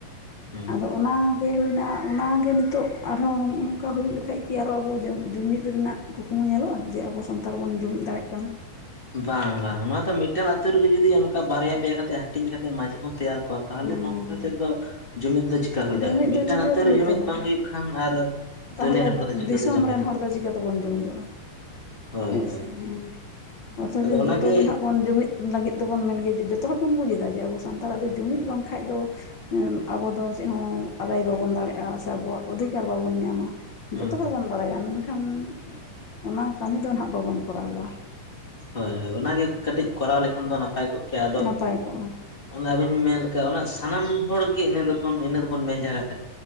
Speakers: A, on the left; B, on the left.
A: ᱦᱮᱸ
B: ᱟᱫᱚ ᱚᱱᱟ᱾ ᱜᱮ ᱦᱩᱭᱱᱟ ᱚᱱᱟᱜᱮ ᱱᱤᱛᱚᱜ ᱟᱨᱦᱚᱸ ᱱᱚᱜ ᱱᱚᱝᱠᱟ ᱦᱩᱭᱩᱜ ᱞᱮᱠᱷᱟᱡ ᱜᱮ ᱟᱨᱚ ᱟᱵᱚ ᱡᱚ-ᱡᱩᱢᱤᱫ ᱨᱮᱱᱟᱜ ᱠᱩᱠᱢᱩ᱾ ᱧᱮᱞᱚᱜᱼᱟ ᱡᱮ ᱟᱵᱚ ᱥᱟᱱᱛᱟᱲ ᱵᱚᱱ ᱡᱩᱢᱤᱫ ᱫᱟᱲᱮᱜ ᱠᱟᱱᱟ᱾
A: ᱵᱟᱝ ᱵᱟᱝ ᱱᱚᱣᱟ ᱫᱚ ᱢᱤᱫᱴᱮᱱ ᱟᱹᱛᱳ ᱨᱮᱜᱮ ᱡᱩᱫᱤ ᱚᱱᱠᱟ ᱵᱟᱨᱭᱟ ᱯᱮᱭᱟ ᱠᱟᱛᱮᱮᱫ ᱦᱟᱹᱴᱤᱧ ᱠᱟᱛᱮ ᱢᱟ. ᱡᱷᱤ ᱵᱚᱱ ᱛᱮᱭᱟᱨ᱾ ᱛᱟᱦᱚᱞᱮ
B: ᱦᱮᱸ,
A: ᱱᱚᱝᱠᱟ ᱛᱮᱫᱚ ᱡᱩᱢᱤᱫ ᱫᱚ ᱪᱤᱠᱟ ᱦᱩᱭ ᱫᱟᱲᱮᱭᱟᱜᱼᱟ
B: ᱡᱩᱢᱤᱫ
A: ᱢᱤᱫᱴᱟᱝ
B: ᱫᱚ ᱪᱤᱠᱟᱹᱛᱮ
A: ᱟᱛᱳ ᱨᱮ
B: ᱦᱩᱭᱩᱜ
A: ᱡᱩᱢᱤᱫ
B: ᱛᱟᱵᱚᱱᱟ
A: ᱵᱟᱝ ᱦᱩᱭᱩᱜ ᱠᱷᱟᱱ ᱟᱨ
B: ᱛᱟᱦᱚᱞᱮ
A: ᱫᱩᱱᱤᱭᱟᱹ ᱨᱮᱱ ᱦᱚᱲ ᱫᱚ ᱪᱤᱠᱟᱹᱛᱮ
B: ᱫᱤᱥᱚᱢ
A: ᱡᱩᱢᱤᱫᱚᱜᱼᱟ
B: ᱨᱮᱱ ᱦᱚᱲ ᱫᱚ ᱪᱤᱠᱟᱹ ᱛᱮᱵᱚᱱ ᱡᱩᱢᱤᱫᱚᱜᱼᱟ
A: ᱦᱳᱭ
B: ᱦᱳᱭᱥᱮ
A: ᱦᱳᱭ
B: ᱦᱮᱸ ᱚᱛᱷᱚᱪᱚ
A: ᱟᱫᱚ ᱚᱱᱟᱜᱮ
B: ᱡᱚᱛᱚᱜ ᱜᱮ ᱦᱟᱸᱜ ᱵᱚᱱ ᱡᱩᱢᱤᱫ ᱞᱟᱹᱜᱤᱫ ᱫᱚᱵᱚᱱ ᱢᱮᱱ ᱜᱮᱭᱟ ᱡᱮ ᱡᱚᱛᱚ ᱦᱚᱲ ᱵᱚᱱ ᱵᱩᱡ ᱮᱟ ᱡᱮ ᱟᱵᱚ ᱥᱟᱱᱛᱟᱲᱟᱜ ᱫᱚ ᱡᱩᱢᱤᱫ ᱵᱟᱝᱠᱷᱟᱡ ᱫᱚ ᱟᱵᱚ ᱫᱚ ᱪᱮᱫ ᱦᱚᱸ ᱟᱫᱟᱭ ᱵᱟᱵᱚᱱ ᱫᱟᱲᱮᱜᱼᱟ ᱥᱮ ᱟᱵᱚᱣᱟᱜ ᱚᱫᱷᱤᱠᱟᱨ ᱵᱟᱵᱚᱱ ᱧᱟᱢᱟ
A: ᱦᱮᱸ
B: ᱡᱚᱛᱚ ᱦᱚᱲ
A: ᱦᱮᱸ
B: ᱵᱚᱱ ᱵᱟᱲᱟᱭᱟ ᱢᱮᱱᱠᱷᱟᱱ ᱠᱷᱟᱱ ᱚᱱᱟ ᱠᱟᱹᱢᱤ ᱫᱚ ᱱᱟᱦᱟᱜ ᱵᱟᱵᱚᱱ ᱠᱚᱨᱟᱣᱞᱟ
A: ᱦᱳᱭ ᱦᱳᱭ ᱚᱱᱟᱜᱮ ᱠᱟᱹᱴᱤᱡ ᱠᱚᱨᱟᱣ ᱞᱮᱠᱷᱟᱱ ᱫᱚ ᱱᱟᱯᱟᱭ ᱠᱚᱜᱼᱟ ᱟᱫᱚ
B: ᱱᱟᱯᱟᱭ ᱠᱚᱜᱼᱟ
A: ᱚᱱᱟ ᱟᱹᱵᱤᱱ ᱵᱤᱱ ᱢᱮᱱ ᱞᱮᱠᱷᱟᱱ ᱚᱱᱟ ᱥᱟᱱᱟᱢ ᱦᱚᱲ ᱜᱮ ᱤᱱᱟᱹ ᱫᱚᱵᱚᱱ ᱤᱱᱟᱹ ᱫᱚᱵᱚᱱ ᱢᱮᱱᱡᱟᱜᱟᱜ